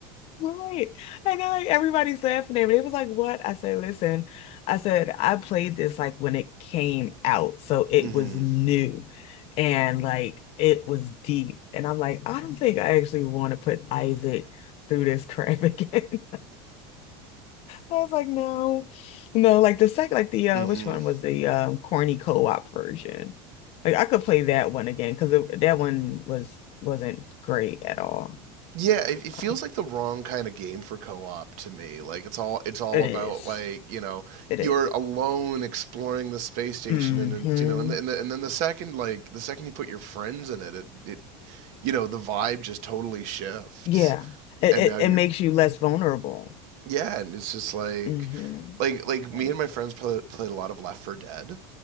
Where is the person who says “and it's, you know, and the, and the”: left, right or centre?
Right